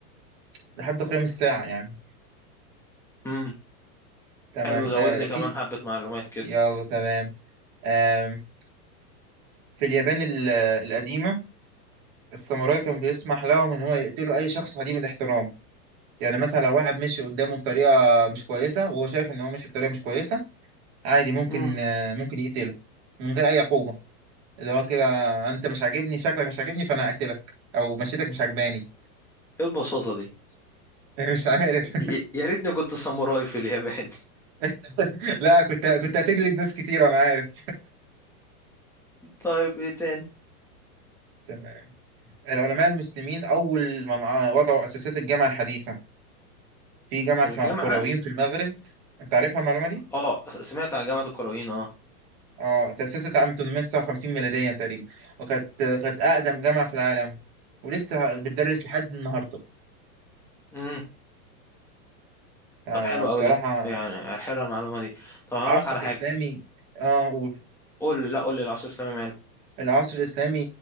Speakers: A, on the right; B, in the centre.
A: لحد قيام الساعة يعني
B: امم
A: تمام
B: حلو زود
A: آه
B: لي
A: في
B: كمان حبة معلومات كده
A: يلا تمام آم، في اليابان ال- القديمة الساموراي كان بيسمح لهم إن هو يقتلوا أي شخص عديم الاحترام يعني مثلا لو واحد مشي قدامه بطريقة مش كويسة وهو شايف إن هو مشي بطريقة مش كويسة عادي ممكن
B: امم
A: آه، ممكن يقتله من غير أي عقوبة اللي هو كده أنت مش عاجبني شكلك مش عاجبني فأنا هقتلك أو مشيتك مش عجباني
B: ايه البساطة دي
A: <laughs> مش عارف
B: ي- يا ريتني كنت ساموراي في اليابان
A: <laughs> لا كنت كنت هتجلد ناس كتير أنا عارف
B: <laughs> طيب ايه تاني
A: تمام العلماء المسلمين أول من وضعوا أساسات الجامعة الحديثة في جامعة اسمها
B: الجامعة
A: القرويين في المغرب انت عارفها المعلومة دي؟
B: اه س- سمعت عن جامعة الكرويين اه
A: اه تأسست عام 859 ميلاديا تقريبا وكانت كانت أقدم جامعة في العالم ولسه بتدرس لحد النهاردة
B: امم
A: آه
B: طب حلو
A: بصراحة
B: قوي ده يعني حلوه المعلومة دي طب هقول
A: العصر
B: لك على
A: الإسلامي
B: حاجة
A: اه قول
B: قول لي لا قول لي العصر الإسلامي ماله
A: العصر الإسلامي